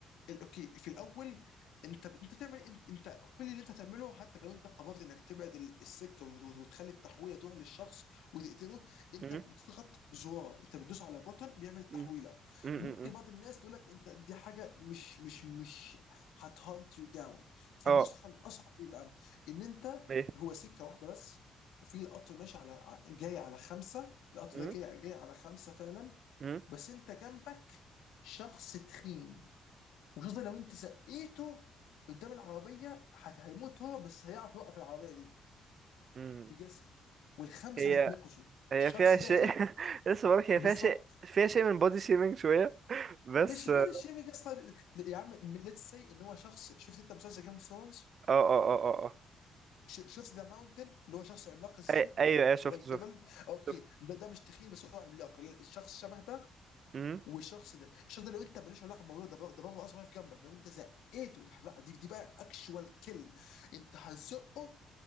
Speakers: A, on the left; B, on the right.
A: اوكي في الاول انت انت بتعمل انت أنت كل اللي انت تعمله حتى لو انت قررت انك تبعد ال- السكه وت- وت- وتخلي التحويله تروح للشخص وتقتله انت
B: م-
A: بتضغط زرار انت بتدوس على بوتن بيعمل تحويله
B: م- م-
A: ممكن
B: م- م.
A: بعض الناس تقول لك انت دي حاجه مش مش مش هتهانت يو داون فالنسخه
B: اه
A: الاصعب ايه بقى؟ ان انت
B: ايه
A: هو سكه واحده بس وفي القطر ماشي على ع- جاي على خمسه القطر
B: م-
A: ده جاي جاي على خمسه فعلا
B: م-
A: بس انت جنبك شخص تخين وخاصة لو انت سقيته قدام العربية هت- هيموت هو بس هيعرف يوقف العربية دي
B: م.
A: بجسمه والخمسة
B: هي
A: هيتنقشوا
B: هي
A: الشخص
B: فيها شيء
A: ده ايه
B: <laughs> لسه بقولك هي
A: بالظبط
B: فيها شيء فيها شيء من بودي شيمينج شوية بس
A: مش بادي
B: اه
A: شيمينج اصلا يا عم ليتس سي ان هو شخص شفت انت مسلسل جيم اوف ثرونز
B: اه اه اه اه
A: شفت ذا ماونتن اللي هو شخص عملاق ازاي
B: آه. أي... ايوه ايوه شفت
A: اللي هو الجبل
B: شفت
A: اوكي
B: شفت
A: ده ده مش تخين بس هو عملاق الشخص شبه ده
B: امم
A: والشخص ده الشخص ده لو انت ماليش علاقه بالموضوع ده بر- ده بره اصلا واقف جنبك لو انت زقيته دي بقى دي, دي بقى اكشوال كل انت هتزقه